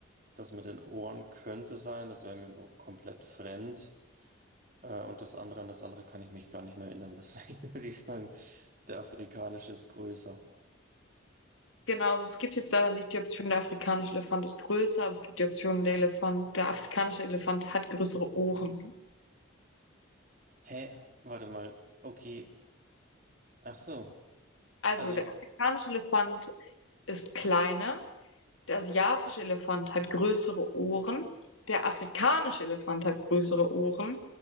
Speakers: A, on the right; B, on the left.
A: Das mit den Ohren könnte sein. Das wäre mir aber komplett fremd. Äh, und das andere, an das andere kann ich mich gar nicht mehr erinnern. <laughs> Deswegen würde ich sagen, der afrikanische ist größer.
B: Genau, also es gibt jetzt leider nicht die Option, der afrikanische Elefant ist größer, aber es gibt die Option, der Elefant, der afrikanische Elefant hat größere Ohren.
A: Hä? Warte mal. Okay. Ach so.
B: Also
A: Also,
B: der afrikanische Elefant ist kleiner, der asiatische Elefant hat größere Ohren, der afrikanische Elefant hat größere Ohren